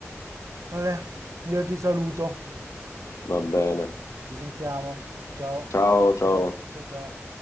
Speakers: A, on the right; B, on the left.
A: Vabbè, io ti saluto.
B: Va bene.
A: Ci sentiamo. Ciao.
B: Ciao, ciao.
A: Ciao ciao.